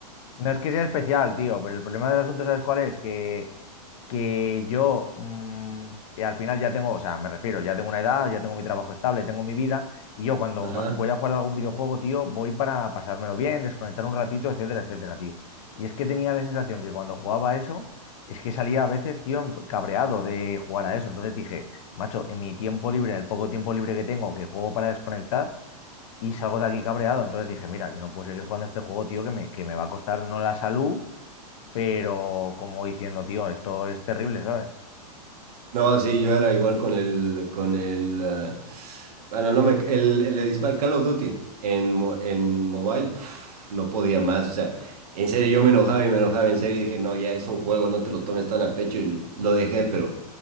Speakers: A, on the left; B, on the right.
A: No es que sea especial, tío, pero el problema del asunto, ¿sabes cuál es? Que que yo mm, que al final ya tengo, o sea, me refiero, ya tengo una edad, ya tengo mi trabajo estable, tengo mi vida, y yo cuando
B: Ajá.
A: ma- voy a jugar a algún videojuego, tío, voy para pasármelo bien, desconectar un ratito, etcétera, etcétera, tío. Y es que tenía la sensación que cuando jugaba a eso, es que salía a veces, tío, enf- cabreado de jugar a eso. Entonces dije, macho, en mi tiempo libre, en el poco tiempo libre que tengo, que juego para desconectar, y salgo de aquí cabreado. Entonces dije, mira, yo no puedo seguir jugando a este juego, tío, que me, que me va a costar no la salud pero como diciendo, tío, esto es terrible, ¿sabes?
B: No, sí, yo era igual con el, con el, ah, bueno, no me, el, el de dispar, Call of Duty en, mo- en mobile, puf, no podía más, o sea, en serio, yo me enojaba y me enojaba, en serio, y dije, no, ya es un juego, no te lo tomes tan a pecho, y lo dejé, pero